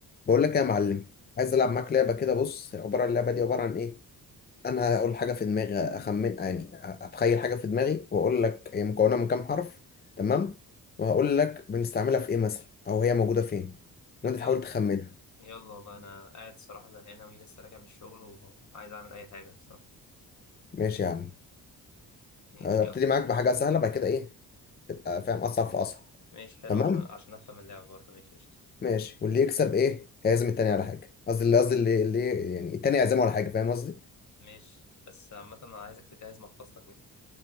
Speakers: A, on the left; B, on the left.
A: بقول لك إيه يا معلم عايز العب معاك لعبه كده بص عباره اللعبه دي عباره عن ايه انا هقول حاجه في دماغي اخمن يعني اتخيل حاجه في دماغي واقول لك هي مكونه من كام حرف تمام وهقول لك بنستعملها في ايه مثلا او هي موجوده فين
B: طب
A: وانت تحاول
B: يلا
A: تخمنها
B: يلا والله انا قاعد صراحة زهقان اوي لسه راجع من الشغل وعايز اعمل اي حاجة صراحة
A: ماشي يا عم
B: ماشي
A: ابتدي
B: يلا
A: معاك بحاجه سهله بعد كده ايه تبقى فاهم اصعب في اصعب
B: ماشي حلو
A: تمام
B: عشان عشان افهم اللعبة برضه ماشي قشطة
A: ماشي واللي يكسب ايه هيعزم التاني على حاجه قصدي اللي قصدي اللي اللي يعني التاني يعزمه على حاجه فاهم قصدي
B: ماشي بس عامة انا عايزك تجهز محفظتك بقى.